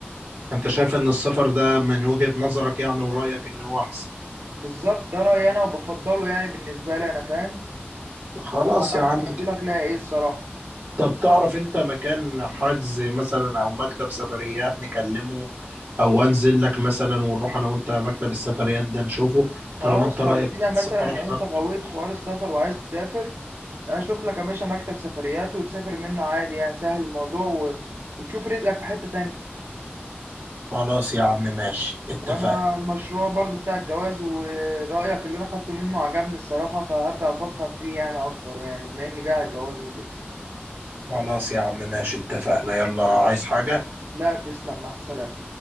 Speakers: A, on the right (about 40°); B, on the right (about 70°).
A: أنت شايف إن السفر ده من وجهة نظرك يعني ورأيك إن هو أحسن
B: بالظبط ده رايي انا وبفضله يعني بالنسبه لي انا فاهم
A: خلاص
B: انا ما اعرفش
A: يا عم
B: تفضيلك ليها ايه الصراحه
A: طب تعرف انت مكان حجز مثلا او مكتب سفريات نكلمه او انزل لك مثلا ونروح انا وانت مكتب السفريات ده نشوفه طالما
B: خلاص
A: انت رأيك
B: لو كده مثلا
A: السفر
B: لو
A: احنا
B: انت غويت حوار السفر وعايز تسافر اشوف لك يا باشا مكتب سفريات وتسافر منه عادي يعني سهل الموضوع و... وتشوف رزقك في حتة تانية
A: خلاص يا عم ماشي اتفقنا
B: وانا المشروع برضو بتاع الجواز ورأيك اللي انا خدته منه عجبني الصراحة فهبدأ افكر فيه يعني اكتر يعني بما اني جاي على الجواز وكده
A: خلاص يا عم ماشي اتفقنا يلا
B: خلاص
A: عايز
B: ماشي
A: حاجة
B: لا تسلم مع السلامة